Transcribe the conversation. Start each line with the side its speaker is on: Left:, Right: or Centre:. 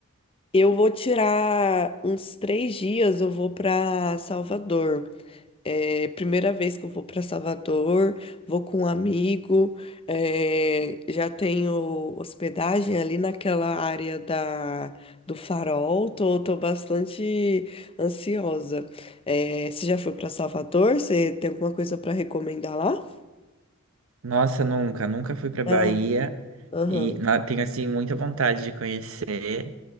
Left: Eu vou tirar uns três dias, eu vou para Salvador. É, primeira vez que eu vou para Salvador, vou com um amigo, é, já tenho hospedagem ali naquela área da, do Farol, tô, tô bastante ansiosa. É, você já foi para Salvador? Você tem alguma coisa para recomendar lá?
Right: Nossa, nunca, nunca fui pra Bahia
Left: Ah, aham,
Right: e na- tenho assim muita vontade de conhecer.